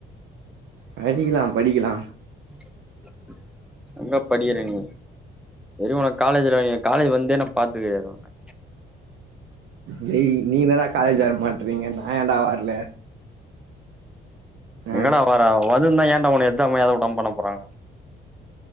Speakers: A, on the right; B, in the centre.
A: படிக்கலா படிக்கலா
B: <inaudible> எங்க படிக்கிற நீ இதுவெரியு உனக்கு காலேஜ்ல நீ காலேஜ் வந்தே நா பாத்தது கெடையாது உன்ன
A: டேய் நீங்க தா டா காலேஜ் வர மாட்டறீங்க நா ஏன்டா வர்ல ஆ
B: எங்கடா வர வந்திருந்த ஏன்டா உன்ன எக்ஸாம்‌ எழுத விடாம பண்ண போறாங்க